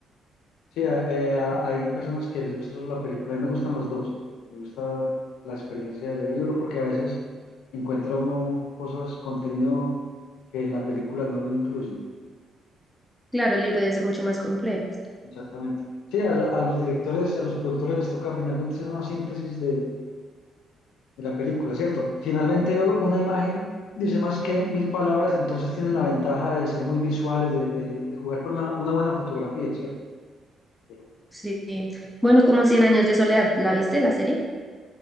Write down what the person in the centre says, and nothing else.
Claro, el libro debe ser mucho más complejo.
Sí. Bueno, como cien años de soledad, ¿la viste la serie?